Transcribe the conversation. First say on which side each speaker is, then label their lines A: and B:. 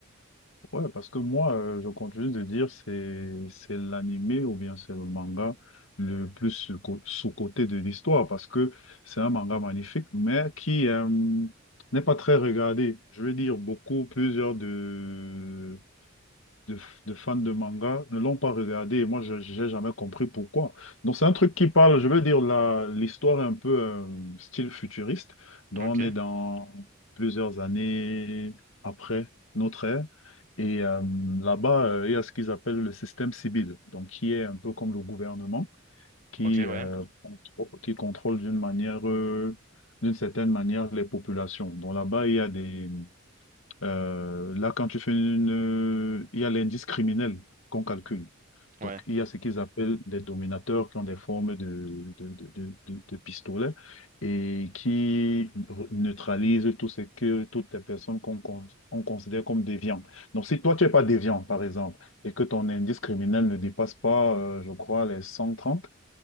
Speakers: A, on the left; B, on the right.
A: Ouais, parce que moi, euh, je continue de dire c'est c'est l'animé ou bien c'est le manga le plus sous- sous-coté de l'histoire parce que c'est un manga magnifique, mais qui euh, n'est pas très regardé. Je veux dire, beaucoup, plusieurs de de, de fans de manga ne l'ont pas regardé et moi, je n'ai jamais compris pourquoi. Donc, c'est un truc qui parle, je veux dire, la, l'histoire est un peu euh, style futuriste. Donc,
B: Ok,
A: on est dans plusieurs années après notre ère. Et euh, là-bas, euh, il y a ce qu'ils appellent le système civil, donc qui est un peu comme le gouvernement, qui,
B: ok,
A: euh,
B: ouais,
A: contro- qui contrôle d'une manière, euh, d'une certaine manière les populations. Donc là-bas, il y a des, euh, là, quand tu fais une... Il y a l'indice criminel qu'on calcule.
B: ouais,
A: Donc, il y a ce qu'ils appellent des dominateurs qui ont des formes de, de, de, de, de- de pistolets et qui re- neutralisent tout ce que toutes les personnes qu'on con- on considère comme déviants. Donc, si toi, tu n'es pas déviant, par exemple, et que ton indice criminel ne dépasse pas, euh, je crois, les 130,